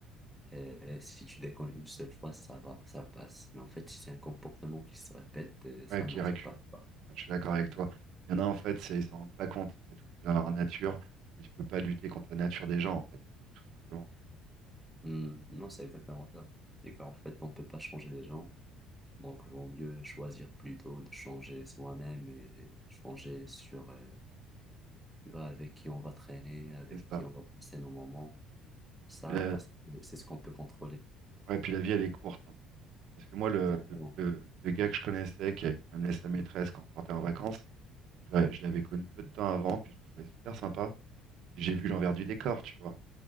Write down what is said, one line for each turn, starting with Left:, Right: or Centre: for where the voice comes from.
Centre: Euh, euh, si tu déconnes une seule fois, ça va, ça passe. Mais en fait, si c'est un comportement qui se répète, euh, ça,
Right: Ouais, qui
Centre: non,
Right: est récurrent.
Centre: ça passe pas.
Right: Ouais, Je suis d'accord avec toi. Il y en a, en fait, c'est- ils s'en rendent pas compte, c'est tout, c'est dans leur nature, et tu peux pas lutter contre la nature des gens, en fait, tout simplement.
Centre: Hmm, non, c'est exactement ça. C'est qu'en fait, on peut pas changer les gens. Donc, vaut mieux choisir plutôt de changer soi-même et changer sur, euh, tu vois, avec qui on va traîner, avec
Right: C'est
Centre: qui
Right: ça.
Centre: on va passer nos moments. Ça,
Right: Et la-
Centre: parce que c'est ce qu'on peut contrôler.
Right: Ouais, puis la vie, elle est courte. hein. Parce que moi, le,
Centre: Exactement.
Right: le, le- le gars que je connaissais, qui, a- qui m'a sa maîtresse quand on partait en vacances, je, l'avais je l'avais connu peu de temps avant, puis je le trouvais super sympa. J'ai vu l'envers du décor, tu vois.